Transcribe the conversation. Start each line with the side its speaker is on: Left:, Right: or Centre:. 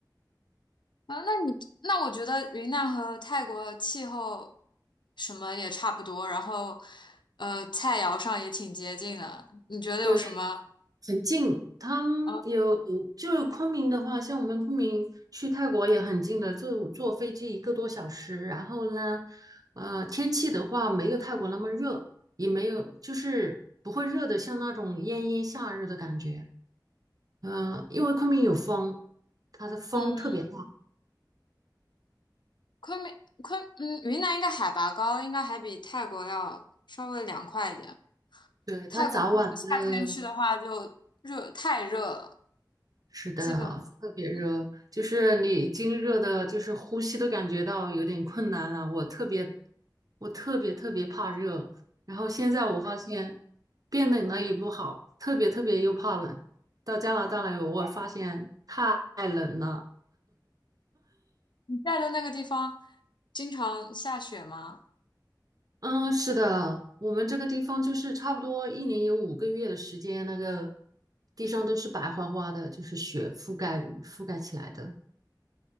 Left: 啊，那你那我觉得云南和泰国的气候什么也差不多，然后呃，菜肴上也挺接近的。你觉得有什么？
Right: 对。很近，他们有就是昆明的话，
Left: 啊？
Right: 像我们昆明去泰国也很近的，就坐飞机一个多小时。然后呢，呃，天气的话没有泰国那么热，也没有就是不会热的像那种炎炎夏日的感觉。嗯、因为昆明有风，它的风特别大，
Left: 嗯，昆明昆嗯，云南应该海拔高，应该还比泰国要稍微凉快一点。
Right: 对，
Left: 泰国如果夏天去的话，
Right: 它早晚的
Left: 就热太热了，
Right: 是的啊，
Left: 基本
Right: 特别热，
Left: 嗯，
Right: 就是你已经热的，就是呼吸都感觉到有点困难了。我特别，我特别特别怕热，然后现在我发现变冷了也不好，特别特别又怕冷。到加拿大来，我发现太冷了。
Left: 你在的那个地方经常下雪吗？
Right: 嗯，是的，我们这个地方就是差不多一年有五个月的时间，那个地上都是白花花的，就是雪覆盖覆盖起来的。